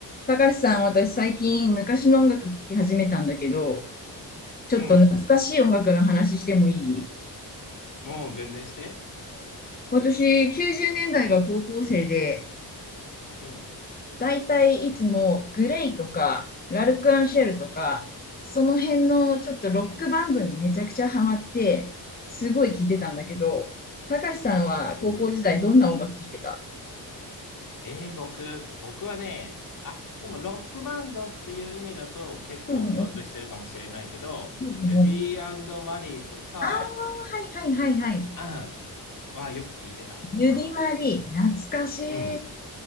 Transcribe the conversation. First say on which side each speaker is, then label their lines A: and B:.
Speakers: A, on the left (about 25°); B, on the left (about 55°).
A: たかしさん、私最近昔の音楽聴き始めたんだけど、ちょっと懐かしい音楽の話してもいい
B: うん。うん、全然して。
A: 私、90年代が高校生で、
B: うん。
A: だいたいいつもグレイとか、ラルクアンシェルとか、その辺のちょっとロックバンドにめちゃくちゃハマって、すごい聴いてたんだけど、たかしさんは高校時代どんな音楽聴いてた
B: おーえー、僕、僕はね、あ、でもロックバンドっていう意味だと結構共通してるかもしれないけど、
A: うんうんうんうん。
B: ジュディマリーとか、
A: ああ、はいはいはいはい。
B: あんはよく聞いてた。
A: ゆりまり、
B: うん。
A: 懐かしい。
B: うん。